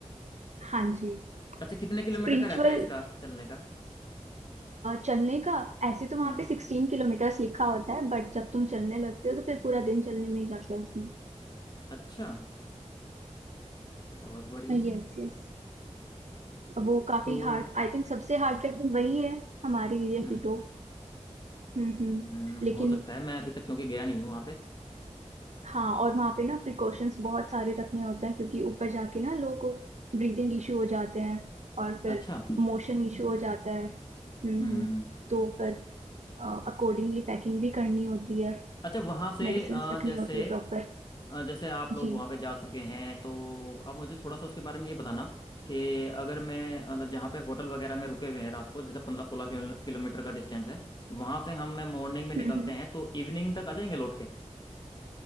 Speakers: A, on the right; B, on the left.
A: हाँ जी
B: अच्छा कितने किलोमीटर
A: स्पिरिचुअल
B: का रहता है इसका चलने का
A: चलने का ऐसे तो वहां
B: हम्म
A: पे सिक्सटीन किलोमीटर्स लिखा होता है बट जब तुम चलने लगते हो तो फिर पूरा दिन चलने में ही जाता है उसमें
B: अच्छा बहुत बढ़िया
A: Yes yes वो काफी
B: तो
A: हार्ड आई थिंक सबसे हार्ड ट्रैकिंग वही है हमारे एरिया
B: हम्म
A: की तो हम्म हम्म
B: हम्म,
A: लेकिन
B: हो सकता है मैं अभी तक क्योंकि गया नहीं हूँ वहाँ पे
A: हाँ और वहाँ पे ना प्रिकॉशंस बहुत सारे रखने होते हैं क्योंकि ऊपर जाके ना लोगों को ब्रीदिंग इशू हो जाते हैं और फिर
B: अच्छा
A: मोशन इशू हो जाता है हम्म
B: हम्म
A: हम्म तो फिर अकॉर्डिंगली पैकिंग भी करनी होती है
B: अच्छा वहां से
A: मेडिसिन्स
B: अ,
A: रखनी
B: जैसे
A: होती है प्रॉपर
B: अ, जैसे आप
A: जी
B: लोग वहाँ पे जा चुके हैं तो आप मुझे थोड़ा सा उसके बारे में ये बताना कि अगर मैं मतलब जहाँ पे होटल वगैरह में रुके हुए हैं रात को जैसे पंद्रह सोलह किलो, किलोमीटर का डिस्टेंस है वहाँ से हम मैं मॉर्निंग में निकलते
A: हम्म हम्म।
B: हैं तो इवनिंग तक आ जाएंगे लौट के